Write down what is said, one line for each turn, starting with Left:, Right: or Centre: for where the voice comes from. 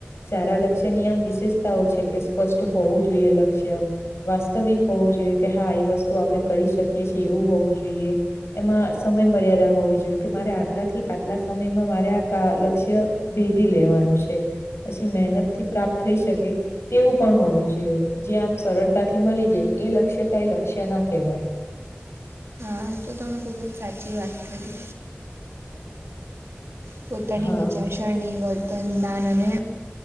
Left: સારા લક્ષ્યની આમ વિશેષતાઓ કે સ્પષ્ટ હોવું જોઈએ લક્ષ્ય વાસ્તવિક હોવું જોઈએ કે હા એ વસ્તુ આપડે કરી શકીએ છીએ એવું હોવું જોઈએ. એમાં સમય મર્યાદા હોવી જોઈએ કે મારે આટલાથી આટલા સમયમાં મારે આ કા લક્ષ્ય ભેદી લેવાનું છે પછી મહેનત થી પ્રાપ્ત થઈ શકે. તેવું પણ હોવું જોઈએ જે આમ સરળતાથી મલી જાય એ લક્ષ્ય કઈ લક્ષ્ય ન કહેવાય.
Right: હાલ તો તમે ખુબ જ સાચી વાત કરી. પોતાની
Left: હા
Right: વિચારસરણી, વર્તન, જ્ઞાન અને